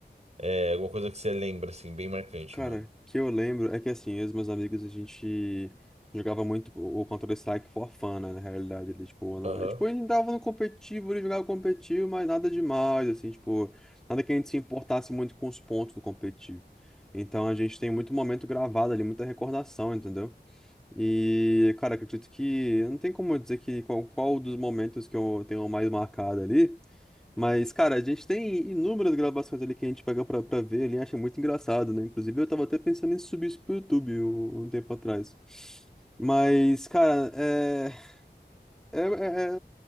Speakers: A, on the right; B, in the centre.
A: É alguma coisa que você lembra, assim, bem marcante,
B: Cara,
A: mano.
B: que eu lembro é que assim, eu e os meus amigos a gente jogava muito o o Counter-Strike for fun, né, na realidade, ali, tipo, na...
A: Aham.
B: é, tipo, a dava no competitivo, ele jogava competitivo, mas nada demais, assim, tipo, nada que a gente se importasse muito com os pontos do competitivo. Então a gente tem muito momento gravado ali, muita recordação, entendeu? E, cara, acredito que não tem como eu dizer que qual, qual dos momentos que eu tenho mais marcado ali. Mas, cara, a gente tem inúmeras gravações ali que a gente pega pra, pra ver ali, acha muito engraçado, né? Inclusive, eu tava até pensando em subir isso pro YouTube um, um tempo atrás. Mas, cara, é, é, é,